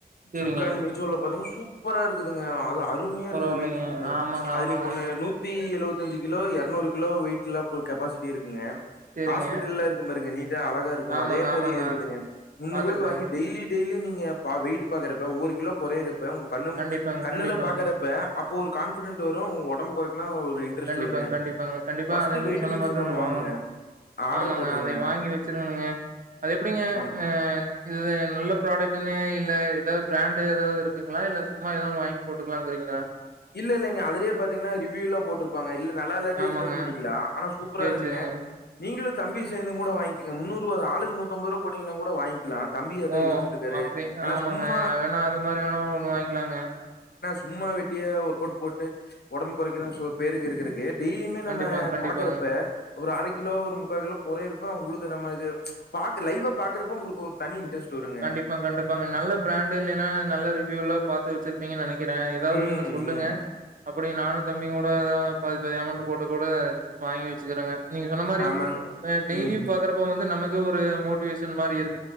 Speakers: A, on the right; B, on the left.
A: செரிங்க
B: ஃப்லிப்கார்ட் மீசோல பாத்திங்ன்னா சூப் ப்பரா இருக்குதுங்க அ-அது அருமையாருக்குது
A: பரவால்லைங்க
B: வெய்ட் மிஷின்னு
A: ஆமாங்க
B: அது
A: ஆமாங்க
B: நீங்க ஒன்னு நூத் தி எழுபத்திஞ்சு கிலோ இருநூறு கிலோ வெயிட்ல்லா போ கெப்பாசிட்டி இருக்குங்க
A: செரிங்க
B: ஹாஸ்பிட்டல்ல இருக்குப் பாருங்க நீ அழகாருக்கு
A: ஆமாங்க
B: அதே மாரி
A: ஆமாங்க
B: இருக்குதுங்க முன்னூறு
A: பாத்துருக்கேங்க
B: ரூபாய்க்கி வாங்கி டெய்லி டெய்லி நீங்க லப்ப வெயிட் பாக்கறப்ப ஒவ்வொரு கிலோ குறையரப் ப உங்க கண்ணும்
A: கண்டிப்பாங்க
B: கண்ணுல
A: கண்டிப்பாங்க
B: பாக்கறப்ப அப்போ ஒரு கான்ஃபிடெட் வரு உங் ஒடம்பு குறை கெல்லா ஒரு இன்ட்ரஸ்ட்
A: கண்டிப்பாங்க
B: வருங்க
A: கண்டிப்பாங்க. கண்டிப்பா
B: ஃபஸ்ட்டு
A: அத நீங்க
B: வெயிட்
A: சொன்ன
B: மிஷின்
A: மாதிரிதாங்க
B: ஒண்ணு வாங்குங்க
A: வாங்கணும்
B: ஆர்டர்
A: ஆமாங்க
B: போட்டுருங்க
A: அதை வாங்கி வச்சிருங்கங்க அது எப்டிங்க
B: ஆம்
A: ஆ இது நல்ல ப்ராடக்டுன்னு இல்ல ஏதாவது பிராண்டு ஏதாவது இருக்குங்களா இல்ல சும்மா ஏதா ஒன்னு வாங்கி போட்டுக்கலானுறீங்களா
B: இல்ல இலங்க அதுலயே பாத்தீங்கன்னா ரிவியூல்லா போட்டிருப்பாங்க இல்ல நல்லால்லாட்டி
A: ஆமாங்க.
B: ரிட்டன் பண்ணிக்கலா ஆனா சூப்பரா
A: சரி,
B: இருக்குங்க
A: சரிங்க.
B: நீங்களுக் தம்பி சேர்ந்து கூட வாங்க முன்னூறு ருவா தா ஆளுக்கு நூத்தம்பது ரூபா போட்டீங்கன்னா கூட வாங்கிக்கலா தம்பி அதா
A: ஓ
B: யோசிச்சுட்டு இருக்காரு
A: அப்டி
B: ஏன்னா
A: ஆமாங்க
B: சும்மா
A: வேணா அது மாதிரி வேணா ஒண்ணு வாங்கிக்கலாங்க
B: சும்மாவெ ட்டியா ஒர்க் அவுட் போட்டு ஒடம்பு குறைக்கனோ சொ பேருக்கு இருக்கு டெய்லியுமே
A: கண்டிப்பாங்க,
B: நம்ம
A: கண்டிப்பாங்க.
B: பாக்குறப்ப ஒரு அர கிலோ ஒரு முக்கால் கிலோ குறைறப உங்களுக் இது நம்ம இது பாக்க லைவா பாக்கறப்ப உங்களுக்கு ஒரு தனி இன்ட்ரெஸ்ட் வருங்க
A: கண்டிப்பா கண்டிப்பாங்க நல்ல பிராண்டு இல்லைன்னா நல்லரி வ்யூல்லா பாத்து வச்சிருப்பீங்க நெனைக் கிற ஏதாவது
B: ம்
A: இருந்தா சொல்லுங்க
B: ம்
A: அ அப்டி நானு தம்பியு கூட எதா பாதி பாதி அமௌண்ட் போட்டு கூட வாங்கி வச்சுக்கிறேங்க நீங்க சொன்ன மாரி
B: ஆமாங்க.
A: ஆ டெய்லியு
B: ம்.
A: பாக்குறப்ப வந்து நமக் கு ஒரு மோட்டிவேஷன் மாரி இருக்